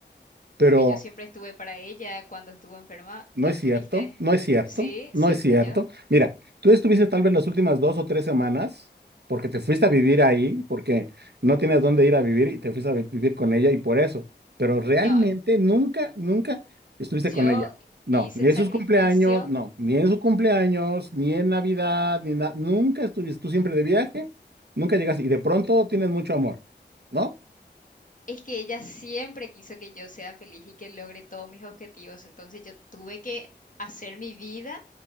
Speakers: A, on the right; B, on the left.
A: Pero
B: Porque yo siempre estuve para ella cuando estuvo enferma.
A: No
B: ¿No
A: es
B: estuviste?
A: cierto, no es cierto,
B: Sí,
A: no
B: sí,
A: es cierto.
B: fui yo.
A: Mira, tú estuviste tal vez las últimas dos o tres semanas porque te fuiste a vivir ahí, porque no tenías dónde ir a vivir y te fuiste a vi- vivir con ella y por eso. Pero realmente
B: No,
A: nunca, nunca estuviste
B: yo
A: con ella. No,
B: hice
A: ni
B: el
A: en
B: sacrificio.
A: sus cumpleaños, no, ni en su cumpleaños, ni en Navidad, ni nada. Nunca estuviste, tú siempre de viaje, nunca llegas y de pronto tienes mucho amor, ¿no?
B: Es que ella siempre quiso que yo sea feliz y que logre todos mis objetivos. Entonces yo tuve que hacer mi vida